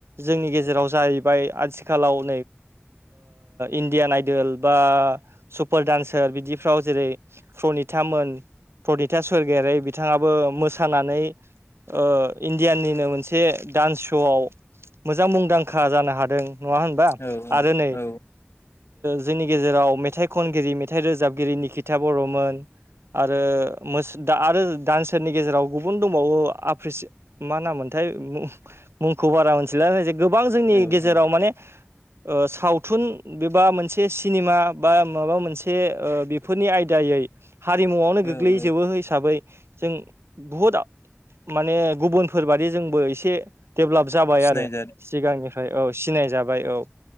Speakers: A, on the right (about 75°); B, on the left (about 80°).
A: जोंनि गेजेराव जाहैबाय आथिखालाव ओ इण्डियान आइडोल बा सुपार डानसार बिदिफ्राव जेरै प्रनिता मोन प्रनिता स्वरगयारि बिथाङाबो मोसानानै ओ इण्डियाननिनो मोनसे डान्स श'आव मोजां मुंदांखा जानो हादों नङा होनबा?
B: औ
A: आरो नै
B: औ
A: जोंनि गेजेराव मेथाइ खनगिरि मेथाइ रोजाबगिरि निकिथा बर'मोन आरो आरो दान्सारनि गेजेराव गुबुन दंबावो आप्रिसिं मा नाम मोनथाय थाय मुंखौ बारा मोनथिला जे गोबां जोंनि
B: औ
A: गेजेराव
B: औ
A: माने ओ सावथुन बेबा मोनसे सिनेमा बा माबा मोनसे फोरनि आयदायै हारिमुआवनो
B: औ
A: गोग्लैजोबो
B: औ
A: हिसाबै जों बुहुद माने गुबुनफोर बादि जोंबो एसे डेभेलप जाबाय
B: सिनायजा
A: आरो सिगांनिफ्राय औ सिनाय जाबाय औ